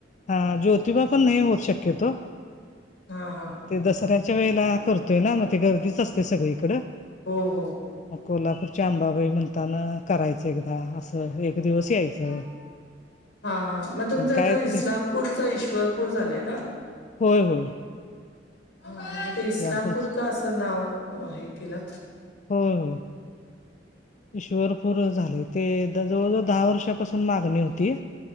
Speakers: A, on the left; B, on the left.
A: हा ज्योतिबा पण नाही होत शक्यतो
B: हा हा
A: ते दसऱ्याच्या वेळेला करतोय ना मग ते गर्दीच असते सगळीकडं
B: हो् हो
A: मग कोल्हापूरच्या अंबाबाई म्हणताना करायचं एकदा अस एक दिवस यायचं
B: हा हा मग तुमचं
A: पण काय
B: इथं इस्लामपूर
A: ते
B: च ईश्वरपूर झालंय का?
A: होय होय
B: हम्म
A: इस्लामपूरच
B: ते इस्लामपूर का असं नाव हे केलं?
A: होय होय ईश्वरपूर झालय ते जवळ जवळ दहा वर्षापासून मागणी होती